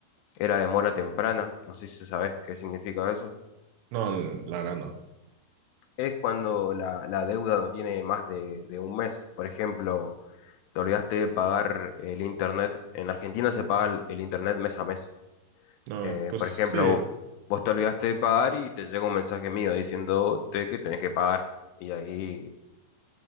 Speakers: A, on the left; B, on the right.
A: Era de mora temprana, no sé si sabes qué significa eso.
B: no, la verdad no.
A: Es cuando la, la deuda no tiene más de, de un mes. Por ejemplo, te olvidaste de pagar el internet. En Argentina se paga el el internet mes a mes.
B: No,
A: Eh,
B: pues
A: por
B: sí,
A: ejemplo, vos te olvidaste de pagar y te llega un mensaje mío diciéndote que tenés que pagar. Y ahí,